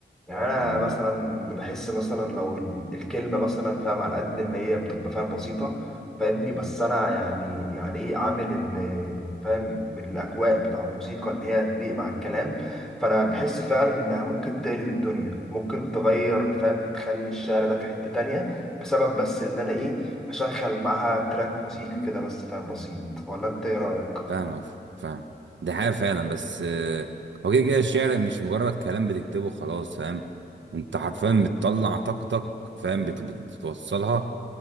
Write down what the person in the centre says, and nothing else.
يعني انا
مثلا بحس مثلا لو ال- الكلمة مثلا فاهم على قد ما هي بتبقى فاهم بسيطة فاهمني بس انا يعني يعني ايه عامل ال- فاهم الاجواء بتاع الموسيقى ان هي تليق مع الكلام فانا بحس فعلا انها ممكن تقلب الدنيا ممكن تغير فاهم تخلي الشعر ده في حتة تانية بسبب بس اللي انا ايه اشغل معاها تراك موسيقي كده بس فاهم بسيط ولا انت ايه رايك
امم